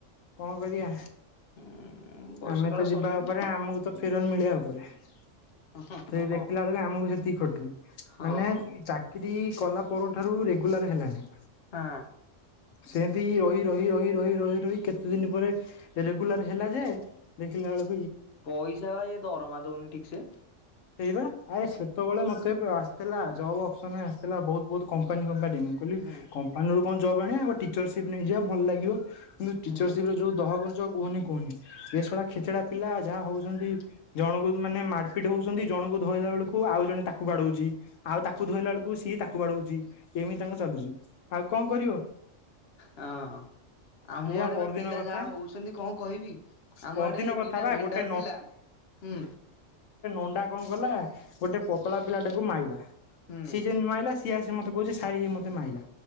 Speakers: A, on the left (about 80°); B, on the left (about 55°).
A: କଣ କରିବା
B: ହୁଁ ବୟସ
A: ଆମେ
B: କାଳ
A: ତ ଯିବା
B: ସରିଲାଣି
A: ଉପରେ ଆମକୁ ତ ଫେରନ୍ ମିଳିବା ଉପରେ ସେଇ
B: ହଁ
A: ଦେଖିଲା ବେଳକୁ ଆମକୁ ସେତିକି ଖଟିଲି
B: ହଁ।
A: ମାନେ ଚାକିରି କଲା ପରଠାରୁ ରେଗୁଲାର ହେଲାନି।
B: ହଁ।
A: ସେମିତି ରହି ରହି ରହି ରହି ରହି ରହି କେତେ ଦିନ ପରେ ରେଗୁଲାର ହେଲା ଯେ ଦେଖିଲା ବେଳୁ
B: ପଇସା ବା ଯେ ଦରମା ଦନ ଠିକ ସେ
A: ସେଇବା ଆରେ ସେତେବେଳେ ମତେ ଆସିଥିଲା ଜବ୍ ଅପ୍ସନ ଆସିଥିଲା ବହୁତ ବହୁତ କମ୍ପାନୀ ଫମ୍ପାନୀ ମୁଁ କହିଲି
B: ହୁଁ
A: କମ୍ପାନୀରୁ କଣ ଜବ ଆଣିବା ବଟ ଟିଚରସିପ ନେଇଯିବା ଭଲ ଲାଗିବ। ଟିଚରସିପ୍
B: ହୁଁ
A: ରେ ଯୋଉ ଦହ ଗଞ୍ଚ କୁହନି କୁହନି ଏ ସଳା ଖେଚେଡା ପିଲା ଯାହା ହଉଚନ୍ତି ଜଣଙ୍କୁ ମାନେ ମାଡ଼ପିଟ ହଉଚନ୍ତି ଜଣଙ୍କୁ ଧଇଲା ବେଳକୁ ଆଉ ଜଣେ ତାକୁ ବାଡୋଉଚି ଆଉ ତାକୁ ଧୋଇଲା ବେଳକୁ ସିଏ ତାକୁ ବାଡୋଉଚି। କେମିତି ତାଙ୍କ ଚାଲୁଚି ଆଉ କଣ କରିବ।
B: ହଁ। ଆମ
A: ଏଇଆ
B: ଆଡେ
A: ପରଦିନ
B: ବା ପିଲା
A: କଥା
B: ଯାହା ହଉଛନ୍ତି କଣ କହିବି ଆମ
A: ପରଦିନ
B: ଆଡେ
A: କଥା
B: ଦିଟା
A: ବା
B: ଭେଣ୍ଡା
A: ଗୋଟେ
B: ପିଲା ହୁଁ।
A: ଅଣ୍ଡା କଣ କଲା ଗୋଟେ ପତଳା ପିଲାଟାକୁ ମାଇଲା।
B: ହୁଁ
A: ସିଏ ଯେମିତି ମାଇଲା ସି ସିଏ ଆସିକି ମତେ କହୁଚି ସାର ଇଏ ମତେ ମାଇଲା।